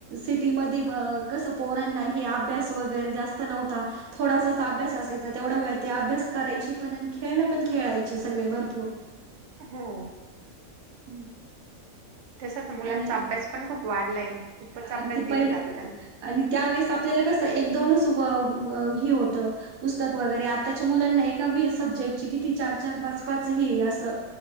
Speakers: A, on the right; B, on the right.
A: सिटीमध्ये कसं पोरणना हे अभ्यास वगैरे जास्त नव्हता. थोडासा अभ्यास असायचा तेवढं ते अभ्यास करायची पण आणि खेळणं पण खेळायची. सगळे भरपूर.
B: हां.
A: हम्म.
B: तस मुलांचा
A: आणि
B: अभ्यास पण खूप वाढलाय. खूपच
A: आणि
B: अभ्यास
A: ते
B: दिला
A: पहि
B: जातो त्यांना
A: आणि त्यावेेळेस आपल्याला कसं एक दोनच व व- हे होतं. पुस्तक वगैरे आताच्या मुलांना एका बी -सबजेक्ट किती चार चार पाच पाच हे असं.